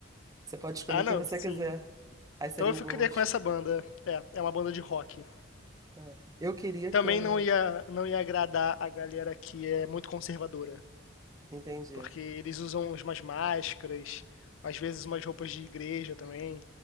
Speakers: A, on the right; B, on the left.
A: Você pode escolher
B: Ah,
A: quem
B: não,
A: você
B: sim.
A: quiser. Aí seria
B: Então eu
A: o
B: ficaria
A: Ghost.
B: com essa banda. É, é uma banda de rock.
A: É. Eu queria
B: Também
A: que o.
B: não ia, não ia agradar a galera que é muito conservadora.
A: Entendi.
B: porque eles usam umas máscaras, às vezes umas roupas de igreja também.